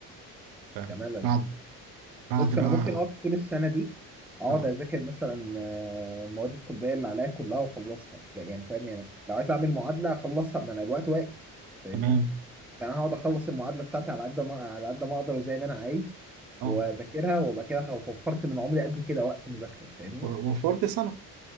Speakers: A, on the right; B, in the centre.
A: فاهم
B: ده ملل
A: بعد بعد
B: بص
A: بقى
B: انا ممكن اقعد طول السنه دي اقعد
A: اه
B: اذاكر مثلا آه، المواد الطبيه اللي عليا كلها واخلصها يعني فاهمني انا لو عايز اعمل معادله اخلصها ما انا الوقت واقف فاهمني
A: تمام
B: يعني انا هقعد اخلص المعادله بتاعتي على قد ما على قد ما اقدر وزي ما انا عايز
A: اه
B: واذاكرها وابقى كده وفرت من عمري قد كده وقت مذاكره فاهمني
A: و- وفرت سنه